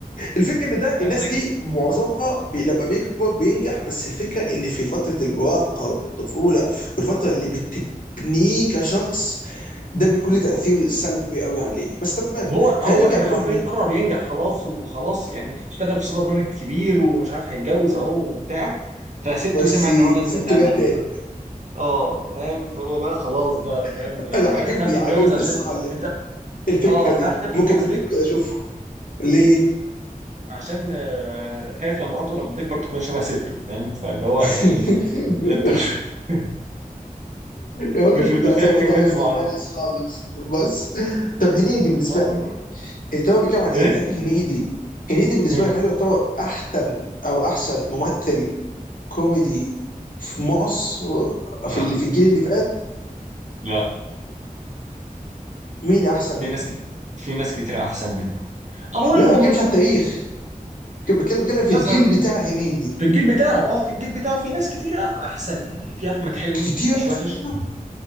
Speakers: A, on the left; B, on the right.
A: الفكره ان ده الناس
B: انا
A: دي معظمها بي لما بيكبر بينجح بس الفكره ان في فتره المراهقه والطفوله والفتره اللي بتبنيه كشخص ده بيكون
B: مم.
A: له تاثير سلبي قوي عليه بس تمام
B: هو هو
A: خلينا نرجع
B: كان
A: لموضوع
B: حرفيا
A: هنيدي
B: قرب ينجح خلاص وخلاص يعني اشتغل في سوبر ماركت كبير ومش عارف هيتجوز اهو وبتاع فسته
A: بس
B: سمع ان هو نازله
A: سته
B: من المانيا
A: جت تاني
B: بقى اه فاهم فهو بقى خلاص بقى فاهم
A: <laughs>
B: يعني
A: انا عاجبني
B: خاف يتجوز
A: عاجبني
B: عشان
A: الصراحه ال-
B: انت
A: الفكره
B: اه انت
A: دي
B: عارف خايف
A: ممكن
B: يتجوز
A: ممكن
B: ليه؟
A: اشوفه ليه
B: عشان آه، خايف لما مراته لما تكبر تكون شبه سته فاهم فاللي هو
A: <laughs>
B: يعني انت انت مش <laughs>
A: الراجل
B: مش
A: بتروماتايزد
B: متخيل كمية المعاناة
A: وبايظ خالص بس طب هنيدي بالنسبه
B: اه
A: لك
B: والله
A: التمام بيتكلم عن هنيدي
B: ايه؟
A: هل هنيدي هنيدي بالنسبه
B: مم.
A: لك هل يعتبر احسن او احسن ممثل كوميدي في مصر
B: لا
A: في اللي في الجيل اللي فات
B: لا
A: مين احسن
B: في
A: منه
B: ناس كت... في ناس كتير احسن منه اولهم
A: لا ما بتكلمش على التاريخ بتكلم بتكلم في
B: لا
A: الجيل بتاع هنيدي
B: في الجيل بتاعه اه في الجيل بتاعه في ناس كتير احسن يعني في احمد حلمي
A: كتير
B: مش
A: احسن
B: وحش
A: منه